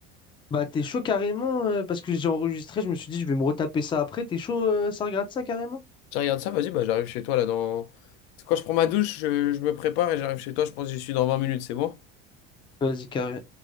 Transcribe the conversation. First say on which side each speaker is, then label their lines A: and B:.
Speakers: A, on the left (about 15°); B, on the left (about 80°).
A: Bah, t'es chaud carrément, euh, parce que j'ai enregistré, je me suis dit, je vais me retaper ça après. T'es chaud, euh, ça regarde ça carrément?
B: Tu regardes ça, vas-y, bah j'arrive chez toi là dans. C'est Quand je prends ma douche, je, je me prépare et j'arrive chez toi, je pense que j'y suis dans 20 minutes, c'est bon?
A: Vas-y, carré-